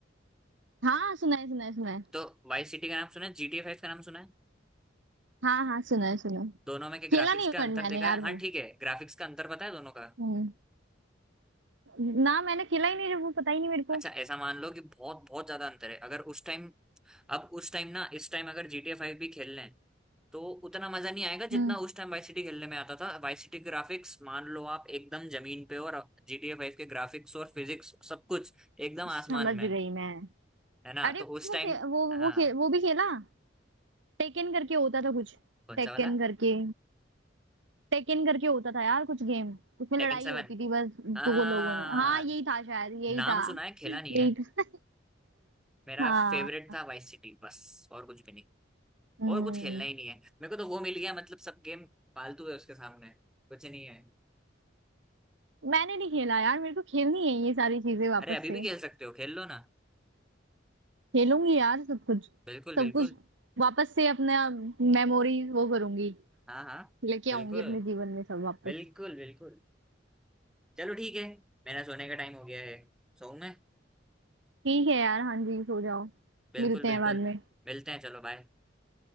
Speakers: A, on the right; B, in the centre.
A: हाँ सुना है सुना है सुना है
B: तो वाई सिटी का नाम सुना है जी टी ए फाइव का नाम सुना है
A: हाँ हाँ सुना है सुना है
B: दोनों में के ग्राफिक्स
A: खेला नहीं
B: का
A: बट
B: अंतर
A: मैंने
B: देखा
A: यार
B: है हाँ
A: वो
B: ठीक है ग्राफिक्स का अंतर पता है दोनों का
A: हम्म ना मैंने खेला ही नहीं वो पता ही नहीं मेरे को
B: अच्छा ऐसा मान लो कि बहुत बहुत ज्यादा अंतर है अगर उस टाइम अब उस टाइम ना इस टाइम अगर जी टी ए फाइव भी खेल लें तो उतना मजा नहीं आएगा
A: हम्म
B: जितना उस टाइम वाई सिटी खेलने में आता था वाई सिटी ग्राफिक्स मान लो आप एकदम जमीन पे और जी टी ए फाइव के ग्राफिक्स और फिजिक्स सब कुछ एकदम आसमान
A: समझ
B: में
A: गई मैं
B: है ना
A: अरे
B: तो उस
A: वो
B: टाइम
A: खे, वो
B: हाँ
A: वो खे, वो भी खेला टेकन करके होता था कुछ
B: कौन
A: टेकन
B: सा वाला
A: करके टेकन करके होता था यार कुछ गेम उसमें
B: टेकन
A: लड़ाई
B: सेवन
A: होती थी बस
B: हाँ
A: दो लोगों में हाँ यही था शायद यही
B: नाम
A: था
B: सुना है खेला
A: यही
B: नहीं है
A: था
B: मेरा
A: हाँ
B: फेवरेट था वाई सिटी बस और कुछ भी नहीं
A: हम्म
B: और कुछ खेलना ही नहीं है मेरे को तो वो मिल गया मतलब सब गेम फालतू है उसके सामने कुछ नहीं है
A: मैंने नहीं खेला यार मेरे को खेलनी है ये सारी चीजें वापस
B: अरे अभी
A: से
B: भी खेल सकते हो खेल लो ना
A: खेलूंगी यार सब कुछ
B: बिल्कुल बिल्कुल
A: सब कुछ वापस से अपना मेमोरीज वो करूंगी
B: हाँ हाँ
A: लेके
B: बिल्कुल
A: आऊंगी अपने जीवन में सब वापस
B: बिल्कुल बिल्कुल चलो ठीक है मेरा सोने का टाइम हो गया है सोऊं मैं
A: ठीक है यार हाँ जी सो जाओ
B: बिल्कुल
A: मिलते
B: बिल्कुल
A: हैं बाद में
B: मिलते हैं चलो बाय